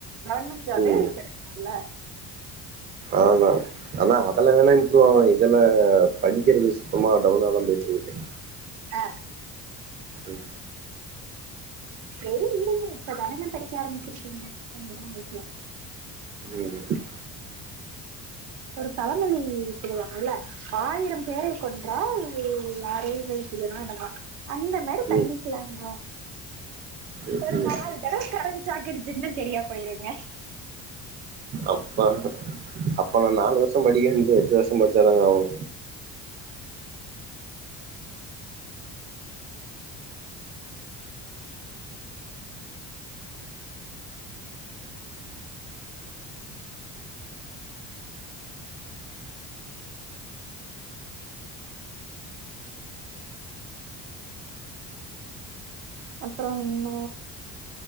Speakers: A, on the right; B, on the right.
A: கவர்மெண்ட் ஜாபே
B: ம்
A: கிட என்ன
B: அதான் அதான் அதுல வேணா இம்புரு ஆகும் இதுல படிக்கிறது சுத்தமா டவுனா தான் போயிட்டு இருக்குது
A: அ
B: உம்
A: செரி விடுங்க இப்ப தானங்க படிக்க ஆரம்பிச்சிருக்கீங்க எல்லா ஆயிக்கலா
B: ம்
A: ஒரு பழமொழி சொல்லுவாங்கல்ல ஆயிரம் பேரை கொன்றால் யாரையும் வெழ்த்திடலா என்னமோ அந்த மாரி
B: ம்
A: பண்ணிக்கலாங்க
B: ம்
A: ஒரு
B: ம்
A: நால் தடவ கரண்ட் சாக்கிடிச்சுன்னா செரியா போயிருங்க
B: அப்பா அப்பா நான் நாலு வருஷம் படிக்கது எட்டு வருஷம் படிச்சாதாங்க ஆவு
A: அப்பறோ என்ன